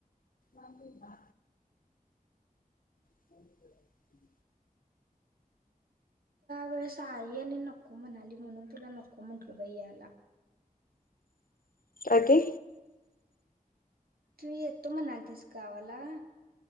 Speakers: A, on the left; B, on the right.
A: म बा <inaudible>
B: वेळेस आई आणि नको म्हणाली म्हणून तुला नको म्हटल भाै याला
A: अगे
B: तू यत्तो मनाला तस कावला.